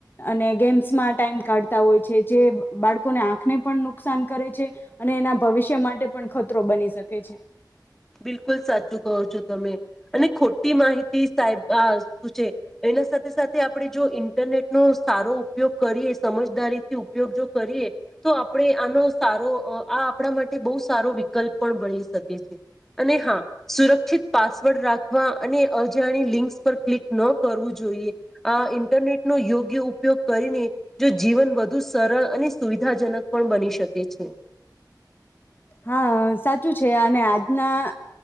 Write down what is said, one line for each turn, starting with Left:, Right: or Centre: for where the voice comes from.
Left: અને ગેમ્સમાં ટાઈમ કાઢતા હોય છે જે બાળકોને આંખને પણ નુકસાન કરે છે અને એના ભવિષ્ય માટે પણ ખતરો બની શકે છે
Centre: બિલકુલ સાચું કહો છો તમે અને ખોટી માહિતી સાહેબ શું છે એના સાથે સાથે આપણે જો ઇન્ટરનેટનો સારો ઉપયોગ કરીએ સમજદારી થી ઉપયોગ જો કરીએ તો આપણે આનો સારો આ આપણા માટે બહુ સારો વિકલ્પ પણ મળ છે શકે છે અને હા સુરત િત પાસવર્ડ રાખવા અને અજાણી લિંક્સ પર ક્લિક ન કરવું જોઈએ આ ઇન્ટરનેટ નો યોગ્ય ઉપયોગ કરીને જો જીવન વધુ સરળ અને સુવિધાજનક પણ બની શકે છે
Left: હા સાચું છે અને આજના